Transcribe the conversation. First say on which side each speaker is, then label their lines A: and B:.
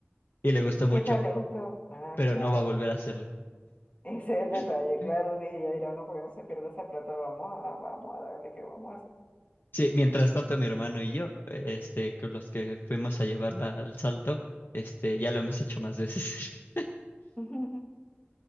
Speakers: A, on the left; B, on the left.
A: y le gustó
B: ¿Y qué
A: mucho,
B: tal le gustó? Ah,
A: pero
B: claro.
A: no va a volver a hacerlo.
B: Ese es el
A: <laughs>
B: detalle, claro. una- Y ella dirá, no, porque no se pierda esa plata. Vamos a, vamos a darle que vamos a hacer.
A: Sí, mientras tanto mi hermano y yo, este, con los que fuimos a llevarla al salto, este, ya lo hemos hecho más veces. <laughs>
B: <laughs>